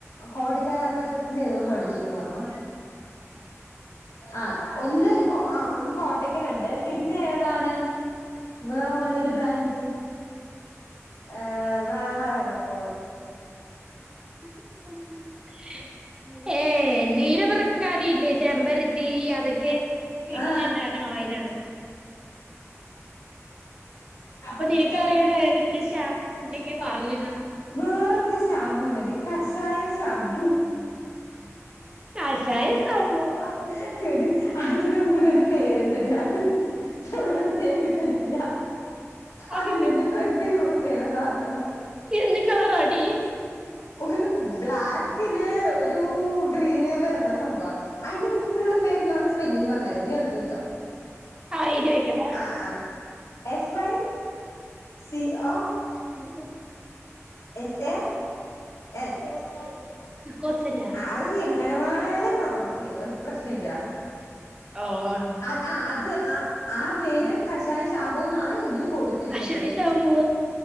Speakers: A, on the left; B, on the right.
A: കോട്ടക്കൽ ആയുർവേദത്തിന്റെ <unintelligible> വേടിച്ചുന്ന് പറഞ്ഞു ആഹ്! ഒന്ന് ആഒന്ന് കോട്ടക്കല്ണ്ട് പിന്നെ ഏതാണ്? വേറെ നല്ലൊരു ബ്രാൻഡ് ഏ വേറെ ഏതാപ്പോ?
B: <unintelligible> ഏഹേ നീലവൃങ്കാതി ഇല്ലേ! ചെമ്പരത്തി അതൊക്കെ ഇട്ടി
A: ആ
B: ഇണ്ടാക്ക്ണ ഓയിലാണ്.
A: അപ്പൊ നിനക്ക്റിഞ്ഞൂടെ
B: നിനക്കറിയണ
A: <unintelligible>
B: ഏതെങ്കിലും ഉണ്ടെങ്കി പറഞ്ഞ്
A: വേറൊരു ശാമ്പുണ്ടെടി കഷായ ഷാബ്രു
B: താ
A: <unintelligible>
B: കഷായ സംഭവം
A: എടിയ് അതിന മുമ്പിലൊരു പേരുണ്ടടി അതെനിക്ക് <unintelligible> കിട്ടിണില്ല
B: അതെന്താ
A: അതില്ലെന്ന് ഫ്രണ്ട് യൂസ് ചെയ്യണ സാധനാ
B: എന്ത്
A: <unintelligible>
B: കളറാടി
A: ഒരു ബ്ലാക്ക് കില് ഒരു ഗ്രീനി വരുന്ന സംഭൻ അയിന്റെ മുമ്പിലുള്ള പേര് ഞാൻ വേണ സ്പെല്ലിം പറഞ്ഞുത്തര നീ എടുത്ത് വെച്ചോ
B: ആ ഇത് വെക്ക പറ
A: ആഹ് ആഹ് F I C O
B: E um
A: S A N പോസൈൻ
B: പിക്കോസല്ല
A: പോസന്‍ ആഹ് അത് നീ എങ്ങനെ വേണാലും പ്രൊനൗൺസ് ചെയ്തോ എനിക്ക് പ്രശ്നം ഇല്ല
B: ഓ
A: അഹ് ആഹ് അത് ആഹ് ആ പേരും കഷായഷാബൂന്നാണ് ഇതില് കൊട് തിരിക്ക്ണത്‌
B: ശേഷാവുമ്പോ